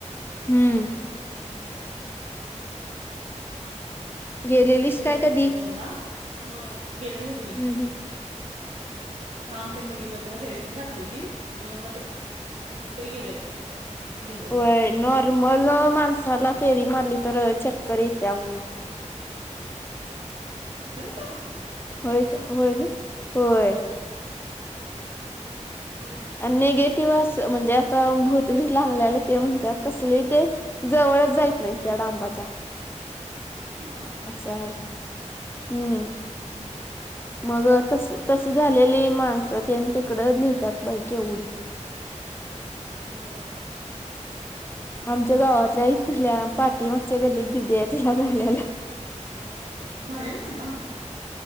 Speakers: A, on the left (about 15°); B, on the right (about 55°).
A: हम्म
B: हा होय
A: गेलेलीस
B: आम्ही गेलेलो
A: काय कधी
B: तिथ दोनदा होय गेलेलो की.
A: हम्म हम्म
B: ते खांब तेन बघितल त्याला फेरी पण घातलेली दोनदा तरी गेलेलो. दोन गेलेलो
A: होय
B: आम्ही
A: नॉर्मल माणसाला फेरी मारली तर चक्कर येत्या म्हणून.
B: चक्कर येत्या?
A: होय का होय ना होय.
B: होय गे
A: आणि निगेटिव्ह अस म्हणजे आता भूत बीत लागलेल ते
B: हा
A: म्हणत्यात. तसले ते जवळच जाईत नाहीत
B: हा
A: त्या
B: हा
A: डांबाच्या.
B: हम्म
A: अस हाय हम्म.
B: हम्म हम्म हम
A: मग तस तस झालेली माणस तेन तिकड नेतात बाई केवढी.
B: होय होय
A: आमच्या गावातल्या इथल्या पाठी मागच्या गल्लीत दिदी आहे तिला झालेल.
B: झालेल त्यांना!